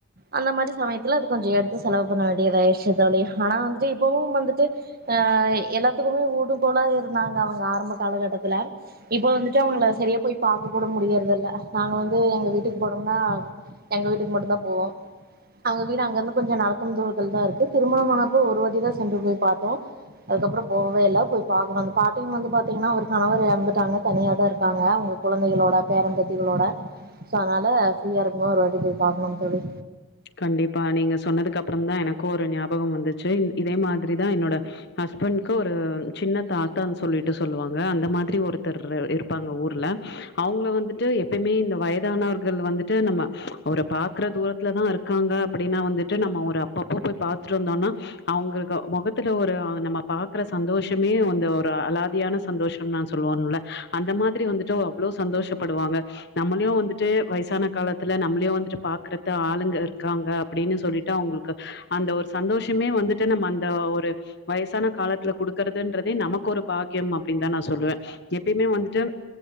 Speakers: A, on the right (about 45°); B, on the left (about 55°).
A: அந்த மாரி சமயத்துல அது கொஞ்சோ எடுத்து செலவு பண்ண வேண்டியதாயிடுச்சு தோழி ஆனா வந்துட்டு இப்வும் வந்துட்டு அ எல்லாத்துக்குமே ஊடும் போல இருந்தாங்க அவுங்க ஆரம்ப காலகட்டத்துல இப்போ வந்துட்டு அவுங்கள செரியா போய் பாக்க கூட முடியறது இல்ல நாங்க வந்து எங்க வீட்டுக்கு போனோம்னா எங்க வீட்டுக்கு மட்டும் தா போவோ அவங்க வீடு அங்க இருந்து கொஞ்சோ நடக்கும் தூரத்தில் தா இருக்கு திருமண ஆனப்போ ஒரு வாட்டி தா சென்று போய் பாத்தோ அதுக்கப்பற போவவே இல்ல போய் பாக்கணு அந்த பாட்டியும் வந்து பாத்தீங்னா அவர் கணவர் எறந்துடாங்க தனியா தா இருக்காங்க அவுங்ளுக் கொழந்தைகளோட பேரம்பேத்திகளோட சோ அதனால ஃப்ரீயா இருக்கும் போது ஒரு வாட்டி போய் பாக்னு தோழி
B: கண்டிப்பா நீங்க சொன்னதுக்கு அப்றோ தா எனக்கு ஒரு ஞாபகம் வந்துச்சு இதே மாரி தா என்னோட ஹஸ்பண்டுக்கு ஒரு சின்ன தாத்தான்னு சொல்லிட்டு சொல்லுவாங்க அந்த மாரி ஒருத்தர் இருப்பாங்க ஊர்ல அவுங்கள வந்துட்டு எப்பயுமே இந்த வயதானவர்கள் வந்துட்டு நம்ம அவர பாக்குற தூரத்துலதா இருக் காங்க அப்டினா வந்துட்டு நம்ம ஒரு அப்பப்போ போய் பாத்துட்டு இருந்தோனா அவுங்ளுக்கு முகத்துல ஒரு நம்ம பாக்குற சந்தோஷமே வந்து ஒரு அலாதியான சந்தோஷம்னா சொல்லுவோம்ல அந்த மாரி வந்துட்டு அவ்ளோ சந்தோஷப்படுவாங்க நம்ளியு வந்துட்டு வயசான காலத்துல நம்ளியு வந்துட்டு பாக்றத ஆளுங்க இருக்காங்க அப்டினு சொல்லிட்டு அவுங்ளுக்கு அந்த ஒரு சந்தோஷமே வந்துட்டு நம்ம அந்த ஒரு வயசான காலத்துல குடுக்கறதுன்றதே நமக்கு ஒரு பாக்கியம் அப்டின்னு தா நா சொல்லுவ எப்பயுமே வந்துட்டு